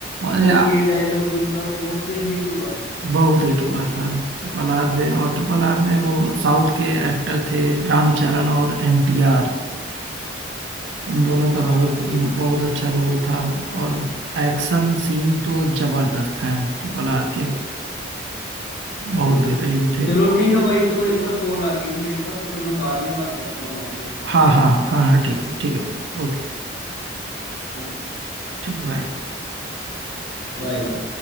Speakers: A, on the left (about 55°); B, on the right (about 75°).
A: मतलब
B: अरे आ-
A: ये डायलॉग उनका बहुत हिट हुआ था
B: बहुत हिट हुआ था ट्रिपल आर में और ट्रिपल आर में वो साउथ के एक्टर थे रामचरण और एनटीआर उन
A: बिल्कुल
B: दोनों का
A: हाँ
B: बहुत
A: हाँ यही थे
B: बहुत अच्छा रोल था और एक्शन सीन तो जबरदस्त हैं ट्रिपल आर के
A: हाँ वही
B: बहुत बेहतरीन थे
A: चलो ठीक है भाई तो एक बार कॉल आ गई थी मेरे पास तो मैं बाद में बात करता हूँ आपसे ठीक
B: हाँ
A: है
B: हाँ हाँ हाँ हाँ, ठीक है ठीक है ओके
A: ओके
B: ठीक बाय
A: Bye bye